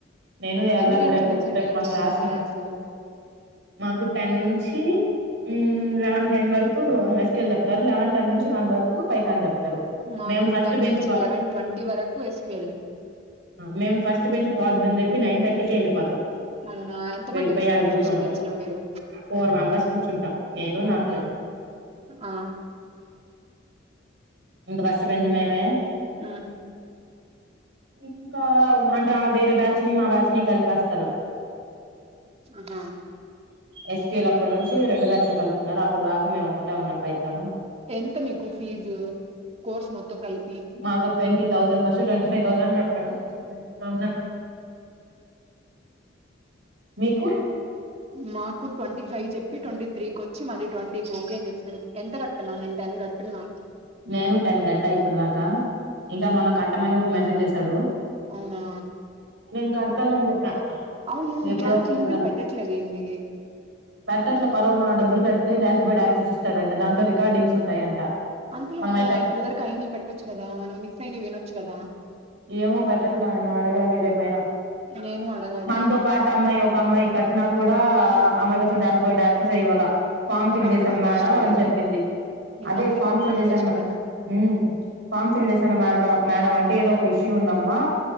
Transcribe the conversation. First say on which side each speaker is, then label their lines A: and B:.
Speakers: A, on the right; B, on the right.
A: నేను వెళ్ళాలి
B: ఎన్ని గంటల
A: రేపు
B: నుంచి ఎన్ని
A: రేపు
B: గంటల
A: మాకి క్లాస్
B: వరకు క్లాసు
A: ఉంది మాకు టెన్ నుంచి ఉమ్ లెవెన్ టెన్ వరకు ఎస్క్యూయల్ చెప్తారు లెవెన్ టెన్ నుంచి వన్ వరకు పైథాన్ చెప్తారు
B: మాకు
A: మేము ఫస్ట్
B: టెన్
A: బెంచ్
B: నుంచి
A: కా
B: లెవెన్ ట్వంటీ వరకు ఎస్క్యూయల్
A: మేము ఫస్ట్ బెంచ్ పోద్దని చెప్పి నైన్ థర్టీకే వెళ్ళిపోతాం
B: అవునా ఎంత
A: వెళ్ళిపోయి
B: మంది కుసుంటారు
A: ఆడ కూర్చుంటాం
B: ఫస్ట్ బెంచ్ లో మీరు
A: ఫోర్ మెంబర్స్ కూర్చుంటాం నేను నా
B: అవునా
A: ఫ్రెండ్
B: ఆ
A: ఇంక ఫస్ట్ బెంచ్ మేమే
B: ఉమ్
A: ఇంకా అంటే వేరే బ్యాచ్ ని మా బ్యాచ్ ని కలిపేస్తారు
B: ఆహా
A: ఎస్క్యూలు అప్పటి నుంచి రెండు బ్యాచ్లు కలుపుతున్నారు అప్పుడు దాకా మేము ఒకటే ఉన్నాం పైతను
B: ఎంత మీకు ఫీజు కోర్స్ మొత్తం కలిపి
A: మాకు twenty thousand first twenty five thousand చెప్పాడు ట్వంటీ థౌసండ్ మీకు
B: మాకు ట్వంటీ ఫైవ్ చెప్పి ట్వంటీ త్రీకి వచ్చి మళ్ళీ ట్వంటీ ఓకే చేశారు ఎంత కడుతున్నావ్ మే టెన్ కట్టున్న
A: నేను టెన్ గట్టా ఇప్పుడు దాకా ఇంకా మొన్న కట్టమని మెసేజ్ చేసాడు
B: అవునా
A: నేను కడతానని చెప్పా
B: అవును
A: ఎప్పుడో
B: గ్యాస్
A: ఒకటి
B: లింకులు
A: కట్టాలి
B: పెట్టట్లేదు ఏంది
A: పెట్టట్ల కొరవ డబ్బులు కడితే డాష్ బోర్డ్ యాక్సిస్ ఇస్తాడంట దాంట్లో రికార్డింగ్స్ ఉంటాయంట
B: అంత
A: మనం
B: లోపల
A: అవి కట్
B: ఇప్పడు వరకు అయినా పెట్టొచ్చు కదా మనం మిస్ అయినా వినొచ్చు కదా
A: ఏమో పెట్టట్లే ఆయన అడగాలి రేపైనా
B: నేను అడగాలి
A: మనతో పాటు అమ్మాయి ఒక అమ్మాయి కట్నా కూడా ఆమెకి అసలు
B: హ్మ్.
A: డాష్బోర్డ్ యాక్సెస్ ఇవ్వలే ఫామ్
B: ఇంకా
A: ఫిల్
B: కట్టడం
A: చేసాం మేడం
B: వేస్ట్ కదా
A: అని
B: అయితే
A: చెప్పింది
B: ఇంకా
A: అదే
B: ఆ పిల్ల
A: ఫాం
B: కట్టడం
A: ఫిల్ చేశాను
B: వేస్ట్
A: మ
B: కదా
A: ఉ ఫామ్ ఫిల్ చేసాను మేడం మేడం అంటే ఏదో ఒక ఇష్యూ ఉందమ్మా